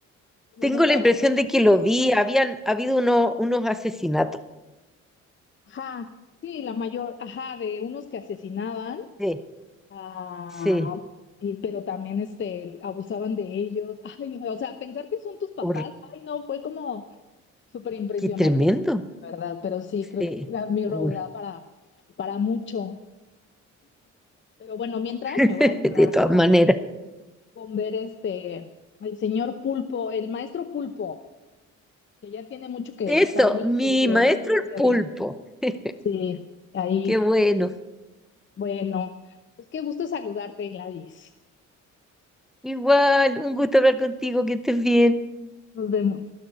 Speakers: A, on the left (about 40°); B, in the centre.
A: como
B: tengo
A: muy real?
B: la impresión de que lo vi. Habían habido uno- unos asesinatos.
A: Ajá, sí, la mayor, ajá, de unos que asesinaban,
B: Sí,
A: ah,
B: sí.
A: y, pero también este, abusaban de ellos. <laughs> Ay, no, o sea, pensar que son tus papás,
B: Hor-
A: ay, no, fue como súper impresionante,
B: qué tremendo.
A: la verdad, pero sí, creo
B: Sí.
A: que es mi
B: Hor-
A: road da para, para mucho. Pero bueno, mientras
B: <laughs>
A: me voy a quedar
B: de todas
A: con,
B: maneras.
A: con ver este, el señor Pulpo, el maestro Pulpo, que ya tiene mucho que
B: Eso,
A: está ahí
B: mi
A: y le
B: maestro
A: estaría
B: el pulpo.
A: bien.
B: <laughs>
A: Sí, ahí.
B: Qué bueno.
A: Bueno, pues qué gusto saludarte, Gladys.
B: Igual, un gusto hablar contigo, que estés bien.
A: Nos vemos.